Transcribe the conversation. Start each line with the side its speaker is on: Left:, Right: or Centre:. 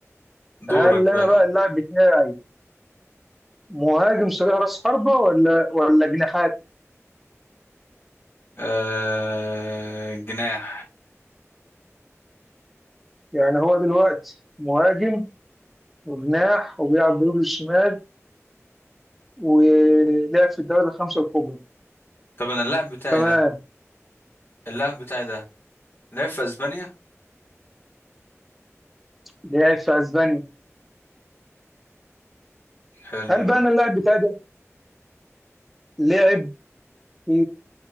Left: دورك
Centre: هل انا
Left: بقى
Centre: بقى اللاعب بتاعي مهاجم صريح راس حربة ولا ولا جناحات؟
Left: آه... جناح
Centre: يعني هو دلوقتي مهاجم وجناح وبيلعب برجله الشمال ولعب في الدوري الخمسه الكبرى
Left: طب انا اللاعب بتاعي
Centre: تمام
Left: ده اللاعب بتاعي ده لعب في اسبانيا
Centre: لعب في اسبانيا
Left: حلو
Centre: هل بقى انا اللاعب بتاعي ده لعب في